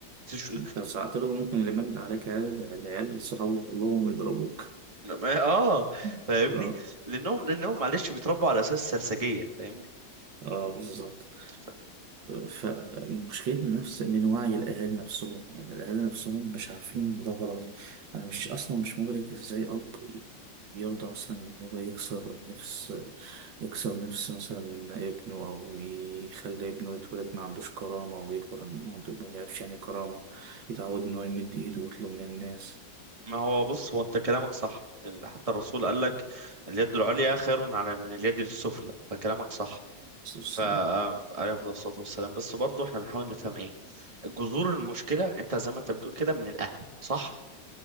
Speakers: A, on the right; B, on the right.
A: تش...
B: لو ساعات له ممكن اللي مل عليك عيال العيال صحابه كلهم يضربوك
A: اه
B: <laughs>
A: فاهمني
B: اه
A: لانهم لانهم معلش بيتربوا على اساس سرسجية فاهمني
B: اه بالظبط
A: ف-
B: فمشكلة نفس من وعي الأهالي نفسهم يعني الأهالي نفسهم مش عارفين ده غلط أنا مش أصلا مش مدرك إزاي أب يرضى مثلا إن هو يكسر نفس يكسر نفس مثلا ابنه أو يخلي ابنه يتولد ما عندوش كرامة ويكبر ما عنده ما يعرفش يعني إيه كرامة يتعود إن هو يمد إيده ويطلب من الناس
A: ما هو بص هو انت كلامك صح لأن حتى الرسول قال لك اليد العليا خير على من اليد السفلى فكلامك صح
B: بس بس-
A: ف عليه أفضل الصلاة والسلام بس برضه احنا بنحاول نفهم ايه جذور المشكلة انت زي ما انت بتقول كده من الاهل صح